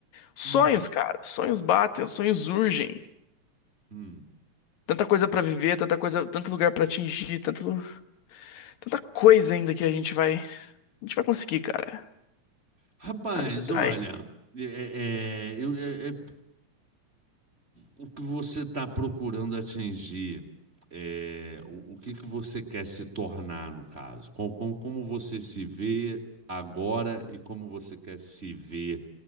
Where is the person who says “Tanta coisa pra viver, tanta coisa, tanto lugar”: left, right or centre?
Left